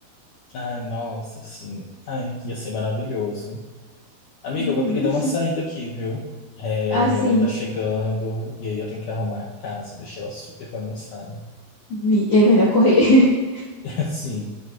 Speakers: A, on the left; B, on the left.
A: Ai, nossa, assim. Ai, ia ser maravilhoso. Amiga,
B: Uhum.
A: eu vou ter que dar uma saída aqui, viu? É,
B: Assim.
A: minha mãe tá chegando e aí eu tenho que arrumar a casa, deixei ela super bagunçada.
B: Vi, é melhor correr. <laughs>
A: <laughs> Assim.